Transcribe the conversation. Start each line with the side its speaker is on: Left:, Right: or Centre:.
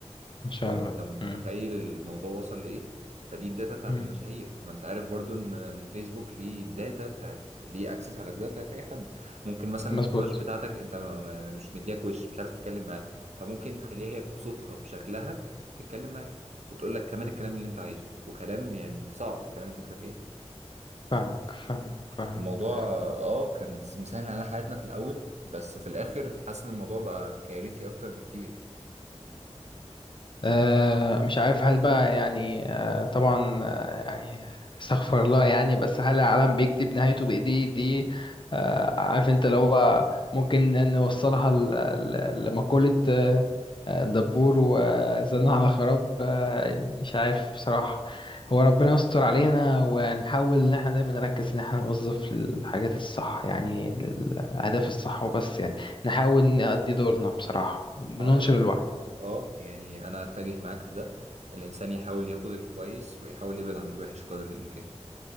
Left: ما شاء
Right: انت
Left: الله
Right: متخيل
Left: م-
Right: الموضوع وصل لايه فدي الداتا بتاعت
Left: م-
Right: المشاهير ما انت عارف برضو ان ان الفيسبوك ليه الداتا بتاعت ليه اكسس على الداتا بتاعت اي حد ممكن مثلا
Left: مظبوط
Right: الكراش بتاعتك انت ما- ما- مش مدياك وش مش عارف تتكلم معاه فممكن تخليها هي بصوتها بشكلها تتكلم معاك وتقول لك كمان الكلام اللي انت عايزه وكلام يعني صعب فاهم الفكره في ايه
Left: فاهمك فاهمك فاهمك
Right: الموضوع اه كان مسهل علينا حياتنا في الاول بس في الاخر حاسس ان الموضوع بقى كارثي اكتر بكتير
Left: آه، مش عارف هل بقى يعني آه، طبعا آه، يعني استغفر الله يعني بس هل العالم بيكتب نهايته بإيديه دي آه، عارف انت لو هو ممكن نوصلها ل- ل- لمقولة آه، آه، دبور وزنا على خراب آه، مش عارف بصراحة هو ربنا يستر علينا ونحاول ان احنا دايما نركز ان احنا نوظف الحاجات الصح يعني للأهداف الصح وبس يعني نحاول نأدي دورنا بصراحة بننشر
Right: أعتقد
Left: الوعي
Right: آه يعني أنا أتجه معاك في ده الإنسان يحاول ياخد الكويس ويحاول يبعد عن الوحش قدر الإمكان